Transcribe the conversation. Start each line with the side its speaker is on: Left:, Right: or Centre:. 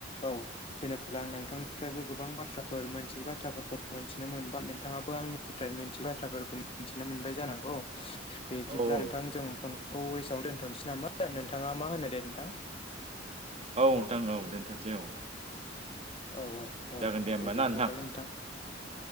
Left: औ जेनेबा आं नोंथांनिफ्रायबो गोबां बाथ्राफोर मोनथियै बाथ्राफोरखौ मोनन्थिनोमोनबाय नोंथाङाबो आंनिफ्राय मिथियै बाथ्राफोरखौ मिथिनो मोनबाय जानांगौ बिदिब्ला
Right: औ औ
Left: नोंथां जों खौ एसेआवनो दोन्थ'नोसै नामा नोंथाङा मा होनो दे नोंथां?
Right: औ नोंथां औ दोनथ'नोसै औ।
Left: औ औ औ
Right: जागोन होमबा
Left: दे बिबदिबालाय
Right: ना
Left: नोंथां।